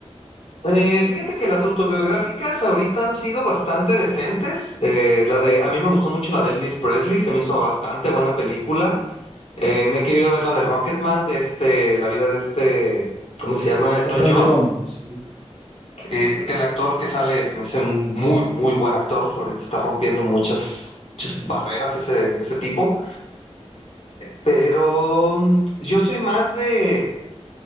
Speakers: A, on the left; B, on the right.
A: Eh, fíjate que las autobiográficas ahorita han sido bastante decentes. Eh, la de, a mí me gustó mucho la de Elvis Presley, se me hizo bastante buena película. Eh, me he querido ver la de Rocketman, de este, la vida de este, ¿cómo se llama? Elton
B: Elton
A: John.
B: John, sí.
A: Eh, que el actor que sale se me hace un muy, muy buen actor. Ahorita está rompiendo muchas, muchas barreras ese, ese tipo. Pero mm, yo soy más de